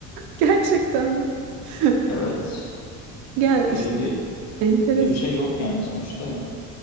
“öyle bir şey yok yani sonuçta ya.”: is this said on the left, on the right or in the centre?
Left